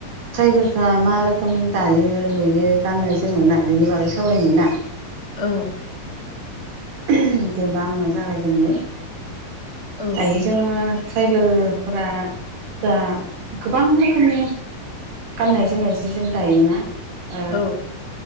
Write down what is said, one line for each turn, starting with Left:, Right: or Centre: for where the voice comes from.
Right: ट्राइबेलफ्रा मा रोखोम दायो लुयो गानो जोमो ना बेनि बागै सावरायनो ना
Left: औ
Right: जेनेबा आङो जागायजेनो
Left: औ
Right: दायो
Left: दे
Right: जोङो ट्राइबेलफोरा दा गोबां रोखोमनि गाननाय जोमनाय जि जोम दायोना ओ
Left: औ